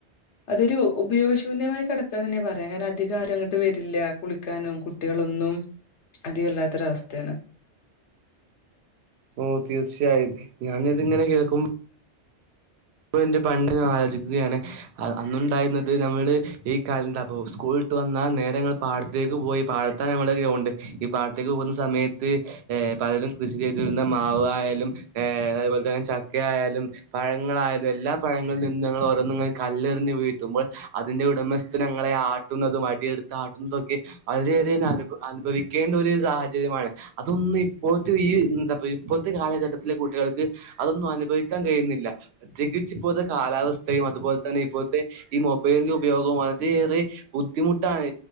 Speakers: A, on the left (about 80°); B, on the right (about 70°).
A: അതൊരു ഉപയോഗശൂന്യമായി കിടക്കാൻ തന്നെയാ പറയാം അങ്ങനെ അധികം ആരും അങ്ങോട്ട് വരില്ല കുളിക്കാനും കുട്ടികളൊന്നും അത് വല്ലാത്തൊരവസ്ഥയാണ്
B: ഓ തീർച്ചയായും ഞാനിതിങ്ങനെ കേൾക്കു ഇപ്പൊ ന്റെ പണ്ട് ആലോചിക്കുകയാണ് അന്നുണ്ടായിരുന്നത് നമ്മള് ഈ കാല അപ്പോ സ്കൂൾ വന്നാൽ നേരങ്ങൾ പാത്ത പോയി പാഴത്ത നമ്മ ഗ്രൗണ്ട് ഈ പാടത്തേക്ക് പോകുന്ന സമയത്ത് പലരും കൃഷി ചെയ് മാവായയാലും അപോലെന്നെ ചക്ക ആയാലും പഴങ്ങളായാലും എല്ലാ പഴങ്ങളിൽ നിന്ന ഞങ്ങൾ ഓരന്നങ്ങൾ കല്ലെറിഞ് വീഴത്തുമ്പോൾ അതിന്റെ ഉടമസ്ഥ ങ്ങളെ ആട്ടുന്നതും മടിയടുത്ത്ടുന്നതൊക്കെ വളരെയേറെ അനുഭവിക്കേണ്ട ഒരു സാഹചര്യമാണ് അതൊന്ന് ഇപ്പോഴത്തെ ഈ എന്താ ഇപ്പോഴത്തെ കാലഘട്ടത്തിലെ കുട്ടികൾക്ക് അതൊന്നും അനുഭവിക്കാൻ കഴിയുന്നില്ല. പ്രത്യേകിച്ച് ഇപ്പോഴത്തെ കാലാവസ്ഥയും അതുപോലെ തന്നെ ഇപ്പോഴത്തെ ഈ മൊബൈലിന്റെ ഉപയോഗം വളരെയേറെ ബുദ്ധിമുട്ടാണ്